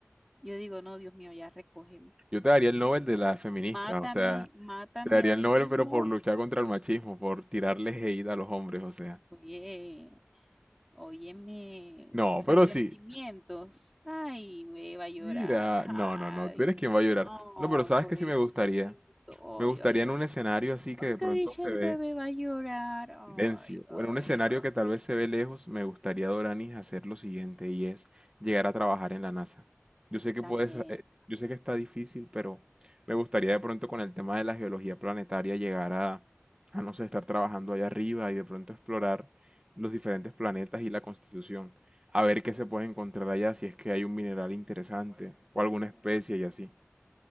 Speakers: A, in the centre; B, on the right.
A: yo digo, no, Dios mío, ya recógeme.
B: Yo te daría el Nobel de las feministas,
A: Mátame,
B: o sea,
A: mátame
B: te daría
A: hoy
B: el Nobel
A: mismo.
B: pero por luchar contra el machismo, por tirarles hate a los hombres, o sea.
A: Oye, Óyeme,
B: No,
A: resentimientos.
B: pero sí.
A: Ay, ve, va a llorar.
B: Mira,
A: Ay,
B: no, no, no, tú eres quien va a llorar.
A: ay,
B: No, pero sabes
A: pobrecito.
B: que sí me gustaría. Me gustaría
A: Ay, ay,
B: en un
A: ay.
B: escenario así que de
A: Ay, cariño,
B: pronto se
A: el
B: ve.
A: bebé va a llorar. Ay,
B: Silencio. Bueno, un
A: ay,
B: escenario
A: ay.
B: que tal vez se ve lejos, me gustaría, Doranis, hacer lo siguiente y es llegar a trabajar en la NASA. Yo sé que
A: También.
B: puedes, eh, yo sé que está difícil, pero me gustaría de pronto con el tema de la geología planetaria llegar a, a no sé, estar trabajando allá arriba y de pronto explorar los diferentes planetas y la constitución, a ver qué se puede encontrar allá, si es que hay un mineral interesante o alguna especie y así.